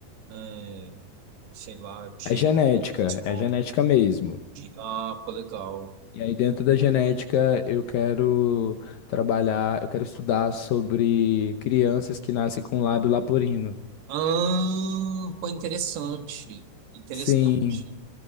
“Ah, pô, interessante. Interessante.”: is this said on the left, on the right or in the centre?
Right